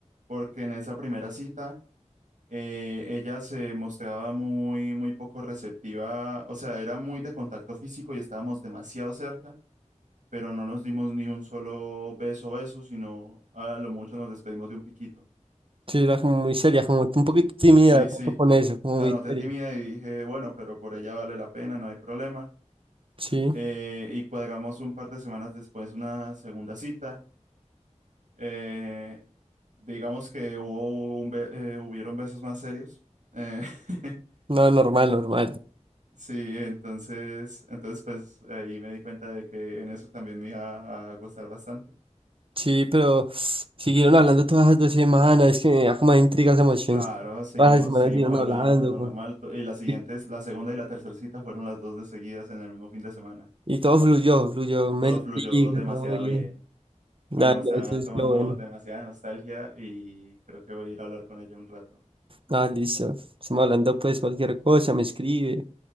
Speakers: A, on the right; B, on the right.
A: porque en esa primera cita eh, ella se mostraba muy, muy poco receptiva, o sea, era muy de contacto físico y estábamos demasiado cerca, pero no nos dimos ni un solo beso, beso, sino a lo mucho nos despedimos de un piquito.
B: Sí, era como muy seria, como un poquito tímida,
A: Sí,
B: de pronto
A: sí,
B: con eso, como
A: la
B: muy
A: noté
B: seria.
A: tímida y dije, bueno, pero por ella vale la pena, no hay problema.
B: Sí,
A: Eh, y cuadramos un par de semanas después una segunda cita. Eh, digamos que hubo un be- eh, hubieron besos más serios. Eh, <laughs>
B: no, normal, normal.
A: sí, entonces, entonces pues ahí me di cuenta de que en eso también me iba a gustar bastante.
B: Sí, pero siguieron hablando todas las dos semanas, es que me da como intrigas emociones.
A: Claro, seguimos,
B: Todas las semanas
A: seguimos
B: siguieron
A: hablando
B: hablando, güey.
A: normal. to- Y las siguientes,
B: Y,
A: la segunda y la tercera cita fueron las dos de seguidas en el mismo fin de semana.
B: y todo fluyó, fluyó, me
A: Todo
B: litigo,
A: fluyó demasiado
B: todo bien.
A: bien.
B: Nada,
A: Bueno, me está
B: no, eso es
A: tomando
B: lo bueno.
A: demasiada nostalgia y creo que voy a ir a hablar con ella un rato.
B: Ah, listo. Estamos hablando pues cualquier cosa, me escribe,